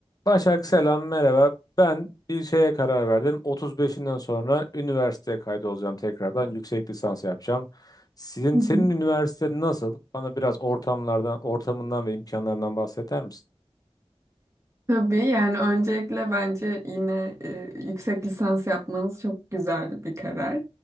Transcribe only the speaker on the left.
Başak selam merhaba. Ben bir şeye karar verdim. 35'inden sonra üniversiteye kaydolacağım tekrardan. Yüksek lisans yapacağım. Sizin
senin
üniversite nasıl? Bana biraz ortamlardan, ortamından ve imkanlarından bahseder misin?